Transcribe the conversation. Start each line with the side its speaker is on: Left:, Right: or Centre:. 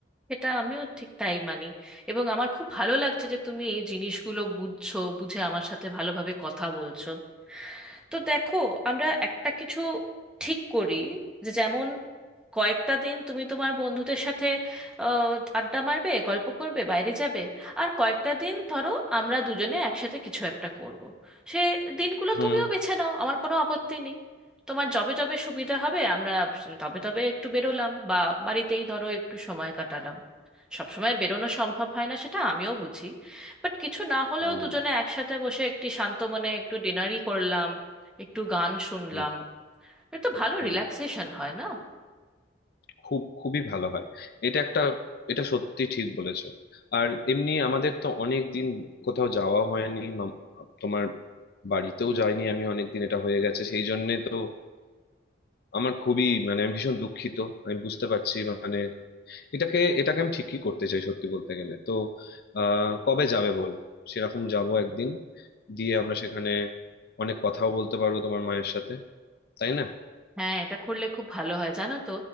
Centre: এটা আমিও ঠিক তাই মানি এবং আমার খুব ভালো লাগছে যে তুমি এই জিনিসগুলো বুঝছো বুঝে আমার সাথে ভালোভাবে কথা বলছো তো দেখো আমরা একটা কিছু ঠিক করি যে যেমন কয়েকটা দিন তুমি তোমার বন্ধুদের সাথে আহ, আড্ডা মারবে গল্প করবে বাইরে যাবে আর কয়েকটা দিন ধরো আমরা দুজনে একসাথে কিছু একটা করব। সে দিনগুলো
Left: হুম
Centre: তুমিও বেছে নাও আমার কোনো আপত্তি নেই তোমার যবে যবে সুবিধা হবে আমরা তবে তবে একটু বেরোলাম বা বাড়িতেই ধরো একটু সময় কাটালাম সবসময় বেরোনো সম্ভব হয় না সেটা আমিও বুঝি বাট কিছু না হলেও
Left: হুম
Centre: দুজনে একসাথে বসে একটি শান্ত মনে একটু ডিনারই করলাম একটু গান শুনলাম
Left: হুম
Centre: এটা তো ভালো
Left: হুম
Centre: রিল্যাক্সেশন হয় না
Left: খুব খুবই ভালো হয় এটা একটা এটা সত্যি ঠিক বলেছো আর এমনি আমাদের তো অনেক দিন কোথাও যাওয়া হয়নি মাম- তোমার বাড়িতেও যাইনি আমি অনেকদিন এটা হয়ে গেছে সেই জন্য তো আমার খুবই মানে আমি ভীষণ দুঃখিত আমি বুঝতে পারছি মানে এটাকে এটাকে আমি ঠিকই করতে চাই সত্যি বলতে গেলে তো আহ কবে যাবে বল সেরকম যাব একদিন দিয়ে আমরা সেখানে অনেক কথাও বলতে পারবো তোমার মায়ের সাথে তাই না
Centre: হ্যাঁ এটা করলে খুব ভালো হয় জানো তো